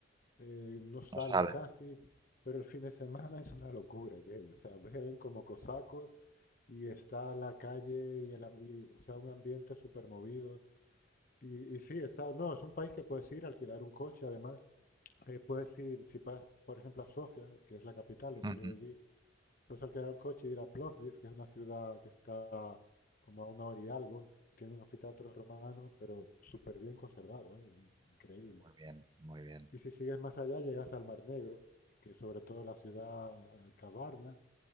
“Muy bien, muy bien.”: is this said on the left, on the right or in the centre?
Right